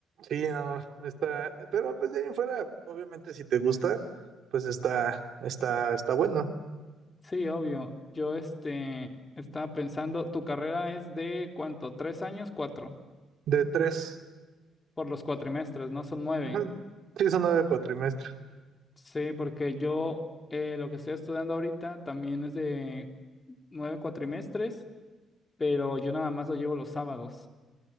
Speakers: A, on the right (about 70°); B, on the left (about 30°).
A: Sí, no, está, pero pues de ahí en fuera, obviamente si te gusta, pues está, está, está bueno.
B: Sí, obvio. Yo este estaba pensando, ¿tu carrera es de cuánto? ¿Tres años? ¿Cuatro?
A: De tres.
B: por los cuatrimestres, ¿no? Son nueve.
A: Ujú. Sí, son nueve cuatrimestres.
B: Sí, porque yo eh, lo que estoy estudiando ahorita también es de nueve cuatrimestres, pero yo nada más lo llevo los sábados.